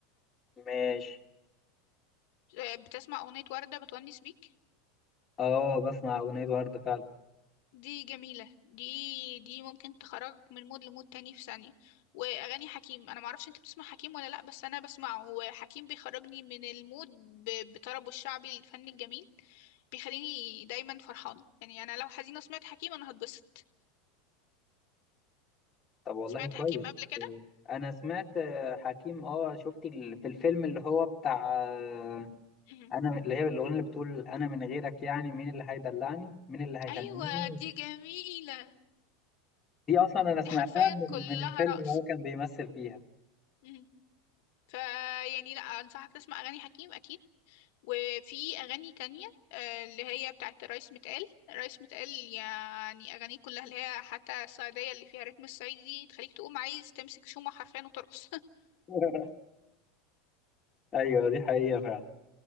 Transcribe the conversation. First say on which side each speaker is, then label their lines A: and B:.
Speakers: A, on the left; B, on the left.
A: ماشي
B: آه، بتسمع أغنية وردة بتونس بيك
A: اه بسمع أغنية وردة فعلا
B: دي جميلة دي دي ممكن تخرج من مود لمود تاني في ثانية وأغاني حكيم أنا معرفش أنت بتسمع حكيم ولا لأ بس أنا بسمعه وحكيم بيخرجني من المود ب- بطربه الشعبي الفن الجميل بيخليني دايما فرحانة يعني أنا لو حزينة سمعت حكيم أنا هتبسط
A: طب والله
B: سمعت
A: كويس
B: حكيم قبل كده
A: أنا سمعت آه، حكيم اه شفت ال- في الفيلم اللي هو بتاع آه،
B: مهم.
A: أنا اللي هي الأغنية اللي بتقول أنا من غيرك يعني مين اللي هيدلعني مين اللي هيهنيني
B: أيوة دي جميلة
A: دي أصلا أنا سمعتها
B: دي حرفيا
A: من
B: كلها
A: من الفيلم
B: رقص
A: اللي هو كان بيمثل فيها
B: مهم. فيعني لأ أنصحك تسمع أغاني حكيم أكيد وفي أغاني تانية آه، اللي هي بتاعت رايس متقال رايس متقال يعني أغانيه كلها اللي هي حتى الصعيدية اللي فيها رتم الصعيدي دي تخليك تقوم عايز تمسك شومة حرفيا وترقص
A: <laughs> أيوه دي حقيقة فعلا